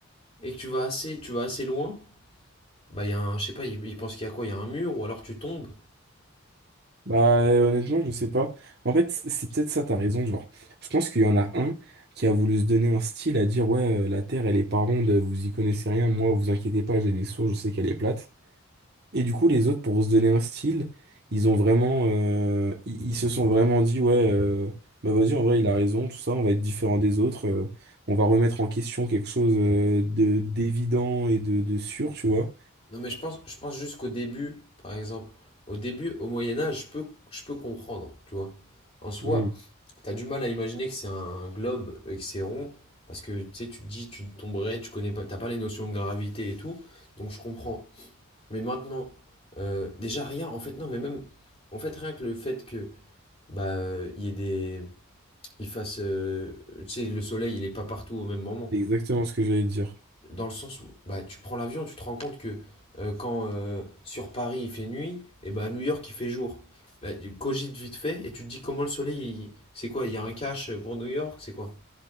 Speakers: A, on the left; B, on the right.
A: et que tu vas assez, tu vas assez loin, bah il y a un, je sais pas, ils, ils pensent qu'il y a quoi? Il y a un mur ou alors tu tombes.
B: Bah, euh, honnêtement, je sais pas. En fait, c- c'est peut-être ça, t'as raison, genre. Je pense qu'il y en a un qui a voulu se donner un style à dire, ouais, euh, la Terre, elle est pas ronde, vous y connaissez rien, moi, vous inquiétez pas, j'ai des sources, je sais qu'elle est plate. Et du coup, les autres, pour se donner un style, ils ont vraiment, euh, ils, ils se sont vraiment dit, ouais, euh, bah vas-y, en vrai, il a raison, tout ça, on va être différent des autres, euh, on va remettre en question quelque chose, euh, de, d'évident et de, de sûr, tu vois.
A: Non, mais je pense, je pense juste qu'au début, par exemple, au début, au Moyen Âge, je peux, je peux comprendre, tu vois. En soi,
B: Mm.
A: t'as du mal à imaginer que c'est un globe et que c'est rond, parce que tu sais, tu te dis, tu tomberais, tu connais pas, t'as pas les notions de gravité et tout, donc je comprends. Mais maintenant, euh, déjà rien, en fait, non, mais même, en fait, rien que le fait que, bah, euh, il y ait des, il fasse, euh, tu sais, le soleil, il est pas partout au même moment.
B: C'est exactement ce que j'allais dire.
A: Dans le sens où bah, tu prends l'avion, tu te rends compte que euh, quand euh, sur Paris il fait nuit, et ben à New York il fait jour. Là, tu cogites vite fait et tu te dis comment le soleil, il- c'est quoi? Il y a un cache pour New York, c'est quoi?